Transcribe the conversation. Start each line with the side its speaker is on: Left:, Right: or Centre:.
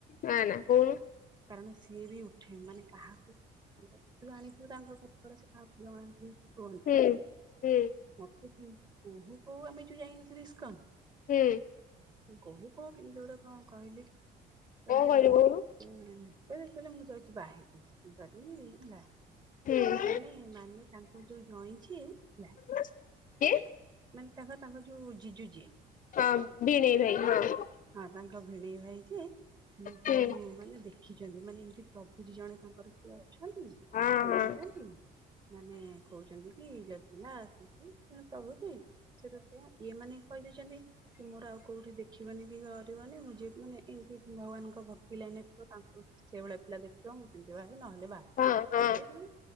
Left: ନା ନା କଉନୁ।
Right: କାରଣ ସିଏ ବି ଉଠେ ମାନେ କାହାକୁ ଆମେ <inaudible> ତୁ ଜାଣିଥିବୁ ତାଙ୍କ କଥା ଗୁଡା ସିଏ ଆଉ ଜଣାନ୍ତିନି କି କୁହନ୍ତିନି
Left: ହୁଁ ହୁଁ
Right: <unintelligible> ସେ କେମିତି କହୁ କହୁ ଆମେ ଯୋଉ ଯାଇନଥିଲୁ ଇସ୍କନ।
Left: ହୁଁ।
Right: କହୁ କହୁ କେମିତି ଜୋର କଣ କହିଲି
Left: କଣ
Right: କହିଲେ
Left: କହିଲୁ କହୁନୁ
Right: କହିଲେ କହିଲେ ମୁଁ ଯାଉଛି ବାହା ହେବି ହେଲା।
Left: ହୁଁ
Right: ମାନେ ମାନେ ତାଙ୍କ ଯୋଉ ଜଇଁ ଯିଏ ହେଲା।
Left: କିଏ?
Right: ମାନେ ତାଙ୍କ ତାଙ୍କ ଯୋଉ ଜିଜୁ ଯିଏ।
Left: ହଁ ଭିଣୋଇ ଭା ବନଇ
Right: ହେଲା
Left: ହଁ।
Right: ହଁ ତାଙ୍କ ଭିଣେଇ ଭାଇ ଯିଏ ସେ ଯୋଉ
Left: ହୁଁ
Right: ମାନେ ଦେଖ ଦେଖିଛନ୍ତି ମାନେ ଏମିତି ପ୍ରଭୁଜୀ ଜଣେ ତାଙ୍କର ସେ ଅଛନ୍ତି
Left: ହଁ
Right: ଦେଖିଛନ୍ତି
Left: ହଁ।
Right: ମାନେ କହୁଛନ୍ତି କି ଯନା ଆସି ତେଣୁ ପ୍ରଭୁଜି ସେ ତ ସେଇଆ ଇଏମାନେ କହିଦେଇଛନ୍ତି କି ମୋର ଆଉ କୋଉଠି ଦେଖ ଦେଖିବନି କି କରିବନି ମୁଁ ଯ ମାନେ ଏମିତି ଭଗବାନଙ୍କ ଭକ୍ତି ଲାଇନ ରେ ଥିବ ତାଙ୍କୁ ସେଇଭଳିଆ ପିଲା ଦେଖି କହିଛନ୍ତି ସେମିତି ବାହା ହେବି ନହେଲେ ବାହା ହେବିନି
Left: ହଁ ହଁ ହଁ
Right: ରେ କହିଛନ୍ତି